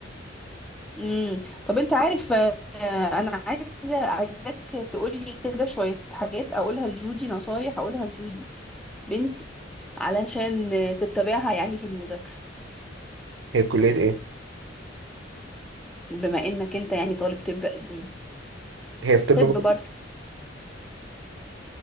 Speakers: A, in the centre; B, on the right.
A: امم طب انت عارف آه، انا عايزه عايزاك تقولي كده شويه حاجات اقولها لجودي نصايح اقولها لجودي بنتي علشان آه، تتبعها يعني في المذاكره
B: هي في كلية ايه؟
A: بما انك انت يعني طالب طب قديم
B: هي في طب
A: طب
B: برضه
A: برضه